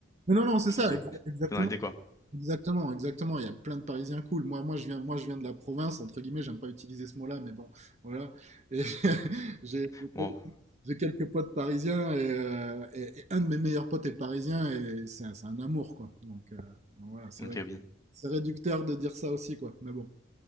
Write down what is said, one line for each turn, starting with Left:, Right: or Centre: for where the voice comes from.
Right: Mais non,
Left: <laughs>
Right: non, c'est
Left: Juste,
Right: ça,
Left: euh,
Right: exa- exactement,
Left: c'est dans l'idée, quoi.
Right: exactement, exactement. Il y a plein de Parisiens cool. Moi, moi, je viens, moi, je viens de la province, entre guillemets, j'aime pas utiliser ce mot-là, mais bon, voilà. Et <laughs> j'ai
Left: Bon,
Right: j'ai quelques potes parisiens et, euh, et- et un de mes meilleurs potes est parisien et c'est un, c'est un amour, quoi. Donc, euh, donc voilà, c'est
Left: ok,
Right: vrai. que
Left: oui.
Right: C'est réducteur de dire ça aussi, quoi. Mais bon.